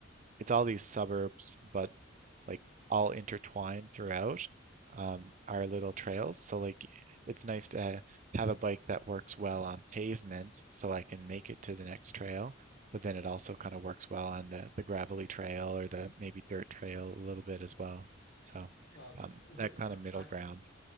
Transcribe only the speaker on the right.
it's all these suburbs, but like all intertwined throughout um, our little trails. So like it's nice to have a bike that works well on pavement so I can make it to the next trail, but then it also kind of works well on the, the gravelly trail or the maybe dirt trail a little bit as well. So
um,
that
kind of middle
ground.